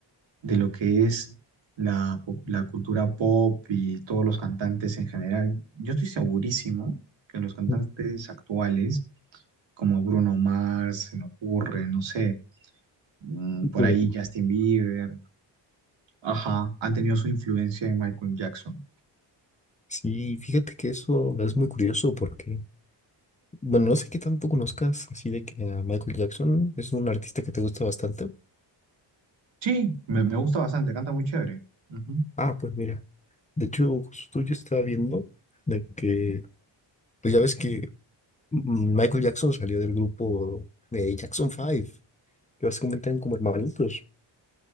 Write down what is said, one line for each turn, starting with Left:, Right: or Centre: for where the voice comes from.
Right: de lo que es la, pop- la cultura pop y todos los cantantes en general. Yo estoy segurísimo que los cantantes
Left: Ujú.
Right: actuales, como Bruno Mars, se me ocurre, no sé, mm,
Left: Tipo
Right: por ahí
Left: de-
Right: Justin Bieber, ajá, han tenido su influencia en Michael Jackson.
Left: Sí, fíjate que eso es muy curioso porque, bueno, no sé qué tanto conozcas así de que a Michael Jackson es un artista que te gusta bastante.
Right: Sí, me, me gusta bastante, canta muy chévere. Ujú.
Left: Ah, pues mira, de hecho, justo yo estaba viendo de que Pues ya ves que mm, Michael Jackson salió del grupo de Jackson Five que básicamente eran como hermanitos.